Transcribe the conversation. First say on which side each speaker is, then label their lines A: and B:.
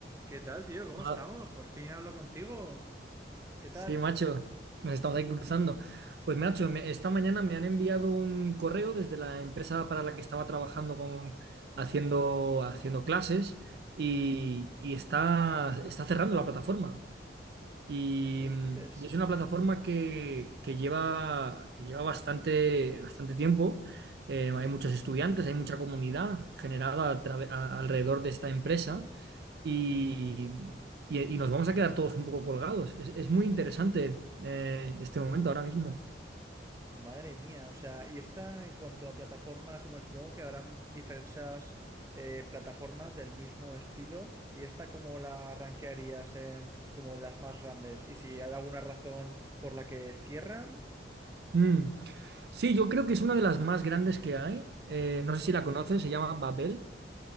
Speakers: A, on the right; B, on the right.
A: ¿Qué tal, tío? ¿Cómo
B: Hola.
A: estamos? Por fin hablo contigo. ¿Qué tal?
B: Sí, macho, nos estamos ahí cruzando. Pues, macho, me- esta mañana me han enviado un correo desde la empresa para la que estaba trabajando con, haciendo, haciendo clases y, y está, está cerrando la plataforma. Y,
A: ¿Qué dices?
B: mm, y es una plataforma que, que lleva, que lleva bastante, bastante tiempo. Eh, hay muchos estudiantes, hay mucha comunidad generada a trave- a- alrededor de esta empresa y, y- y nos vamos a quedar todos un poco colgados. Es, es muy interesante eh, este momento ahora mismo.
A: Madre mía, o sea, y esta en cuanto a plataformas, bueno, supongo que habrán diversas eh, plataformas del mismo estilo, y esta como la rankearías en como de las más grandes, y si hay alguna razón por la que cierran.
B: Mm. Sí, yo creo que es una de las más grandes que hay. Eh, no sé si la conoces, se llama Babel.